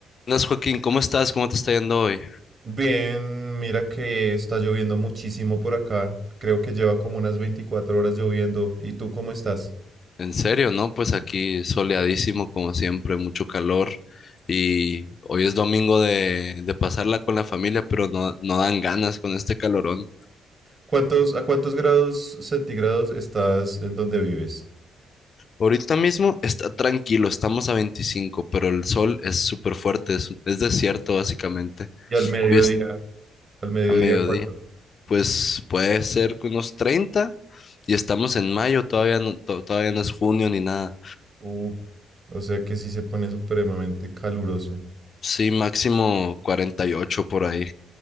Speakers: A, on the left (about 45°); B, on the right (about 40°).
A: Buenas, Joaquín, ¿cómo estás? ¿Cómo te está yendo hoy?
B: Bien, mira que está lloviendo muchísimo por acá. Creo que lleva como unas 24 horas lloviendo. ¿Y tú cómo estás?
A: En serio, ¿no? Pues aquí soleadísimo, como siempre, mucho calor. Y hoy es domingo de, de pasarla con la familia, pero no, no dan ganas con este calorón.
B: ¿Cuántos, a cuántos grados centígrados estás en donde vives?
A: Ahorita mismo está tranquilo, estamos a 25, pero el sol es súper fuerte, es, es desierto básicamente.
B: Y al mediodía,
A: Hoy es
B: al mediodía,
A: a mediodía,
B: ¿cuánto?
A: pues puede ser que unos 30 y estamos en mayo, todavía no, to- todavía no es junio ni nada.
B: Uh, o sea que sí se pone supremamente caluroso.
A: Sí, máximo 48 por ahí.